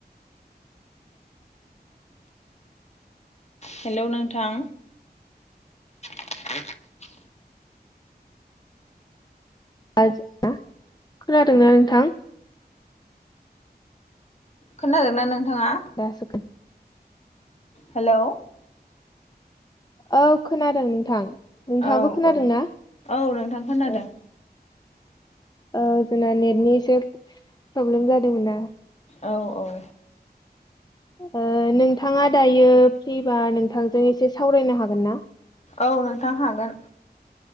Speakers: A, on the left (about 40°); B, on the left (about 25°).
A: हेलौ नोंथां <unintelligible>
B: <unintelligible> खोनादोंना नोंथां
A: खोनादोंना नोंथाङा
B: <unintelligible>
A: हेल'
B: औ खोनादों नोंथां नोंथाङाबो
A: औ
B: खोनादों
A: औ
B: ना
A: औ नोंथां खोनादों
B: औ औ जोंना नेटनि एसे प्रब्लेम जादोंमोना
A: औ औ
B: ओ नोंथाङा दायो फ्रिबा नोंथांजों एसे सावरायनो हागोन ना
A: औ नोंथां हागोन